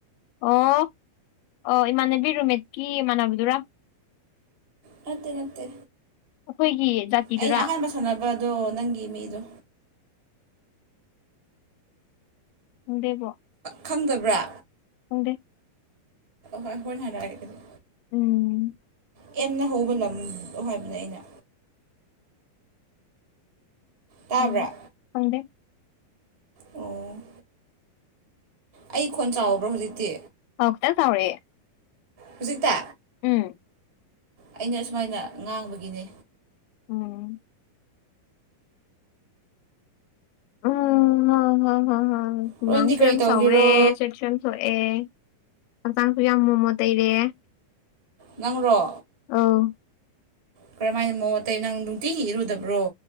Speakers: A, on the left; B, on the right.
A: ꯑꯣ ꯑꯣ ꯏꯃꯥꯟꯅꯕꯤ ꯔꯨꯝꯃꯦꯠꯀꯤ ꯏꯃꯥꯟꯅꯕꯗꯨꯔ
B: ꯅꯠꯇꯦ ꯅꯠꯇꯦ
A: ꯑꯩꯈꯣꯏꯒꯤ ꯖꯥꯇꯤꯗꯨꯔꯥ
B: ꯑꯩꯅ ꯑꯍꯥꯟꯕ ꯁꯥꯟꯅꯕꯗꯣ ꯅꯪꯒꯤ ꯃꯤꯗꯣ
A: <unintelligible>
B: ꯈꯪꯗꯕ꯭ꯔꯥ
A: ꯈꯪꯗꯦ
B: ꯍꯣꯏ ꯍꯣꯔꯦꯟ ꯍꯥꯏꯔꯛꯑꯥꯒꯦ ꯑꯗꯨꯗꯤ
A: ꯎꯝ
B: ꯑꯦꯝꯅ ꯍꯧꯕ ꯂꯝꯗꯣ ꯍꯥꯏꯕꯅꯦ ꯑꯩꯅ ꯇꯥꯕ꯭ꯔꯥ
A: ꯈꯪꯗꯦ ꯈꯪꯗꯦ
B: ꯑꯣ ꯑꯩ ꯈꯣꯟ ꯆꯥꯎꯕ꯭ꯔꯣ ꯍꯧꯖꯤꯛꯇꯤ
A: ꯑꯥꯎ ꯈꯤꯇꯪ ꯆꯥꯎꯔꯛꯑꯦ
B: ꯍꯧꯖꯤꯛꯇ
A: ꯎꯝ
B: ꯑꯩꯅ ꯁꯨꯃꯥꯏꯅ ꯉꯥꯡꯕꯒꯤꯅꯦ
A: <unintelligible> ꯎꯝ <unintelligible> ꯍꯨꯃꯥꯡꯁꯨ
B: ꯍꯣꯔꯦꯟꯗꯤ ꯀꯔꯤ
A: ꯌꯥꯝ
B: ꯇꯧꯒꯦꯔꯣ
A: ꯁꯧꯑꯦ ꯁꯦꯛꯁꯟ ꯊꯣꯛꯑꯦ ꯍꯛꯆꯥꯡꯁꯨ ꯌꯥꯝ ꯃꯣꯠꯃꯣꯠ ꯇꯩꯔꯦ
B: ꯅꯪꯔꯣ
A: ꯑꯧ
B: ꯀꯔꯝ ꯍꯥꯏꯅ ꯃꯣꯠꯃꯣꯠ ꯇꯩ ꯅꯪ ꯅꯨꯡꯇꯤꯒꯤ ꯏꯔꯨꯗꯕ꯭ꯔꯣ